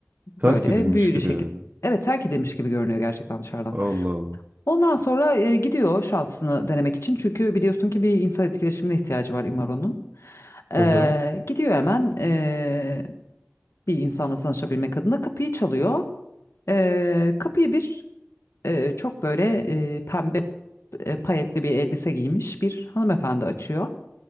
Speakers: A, on the right; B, on the left.
A: Terk
B: böyle
A: edilmiş
B: büyülü
A: gibi
B: şekilde.
A: yani.
B: Evet terk edilmiş gibi görünüyor gerçekten dışarıdan.
A: Allah Allah.
B: Ondan sonra e, gidiyor şansını denemek için. Çünkü biliyorsun ki bir insan etkileşimine ihtiyacı var Imaro'nun Ee,
A: Aha,
B: gidiyor hemen e, bir insanla tanışabilmek adına kapıyı çalıyor. Ee, kapıyı bir e, çok böyle e, pembe e, payetli bir elbise giymiş bir hanımefendi açıyor.